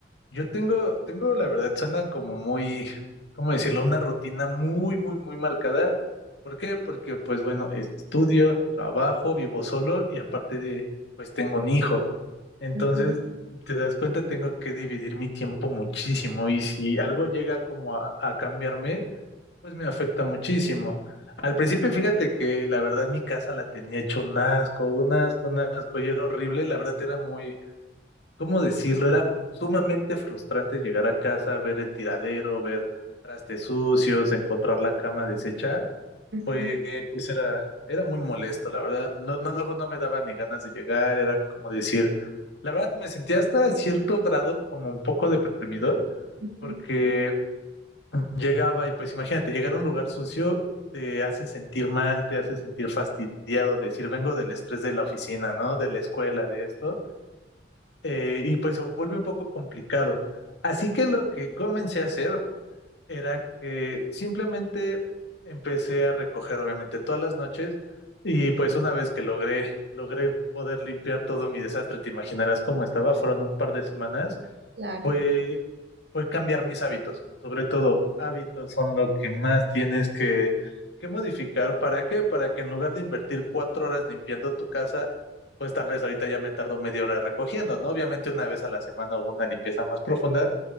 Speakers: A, on the left (about 75°); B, on the right (about 75°).
A: yo tengo, tengo, la verdad, suena como muy, ¿cómo decirlo? Una rutina muy, muy, muy marcada. ¿Por qué? Porque, pues bueno, estudio, trabajo, vivo solo y aparte de, pues tengo un hijo. Entonces,
B: Ujú,
A: te das cuenta, tengo que dividir mi tiempo muchísimo y si algo llega como a, a cambiarme, Pues me afecta muchísimo. Al principio, fíjate que la verdad mi casa la tenía hecho un asco, un asco, un asco, y era horrible. La verdad era muy, ¿cómo decirlo? Era sumamente frustrante llegar a casa, ver el tiradero, ver trastes sucios, encontrar la cama deshecha.
B: ujú,
A: Pues, pues era, era muy molesto, la verdad. No, no, luego no me daba ni ganas de llegar, era como decir, la verdad me sentía hasta cierto grado como un poco deprimido,
B: ujú,
A: porque Llegaba y pues imagínate, llegar a un lugar sucio te hace sentir mal, te hace sentir fastidiado, decir, vengo del estrés de la oficina, ¿no? De la escuela, de esto, eh, y pues se vuelve un poco complicado. Así que lo que comencé a hacer era que simplemente empecé a recoger, obviamente, todas las noches, y pues una vez que logré, logré poder limpiar todo mi desastre, te imaginarás cómo estaba, fueron un par de semanas
B: Claro,
A: fue, fue cambiar mis hábitos. Sobre todo, hábitos son lo que más tienes que, que modificar. ¿Para qué? Para que en lugar de invertir cuatro horas limpiando tu casa, pues tal vez ahorita ya me tardo media hora recogiendo, ¿no? Obviamente una vez a la semana hago una limpieza más profunda,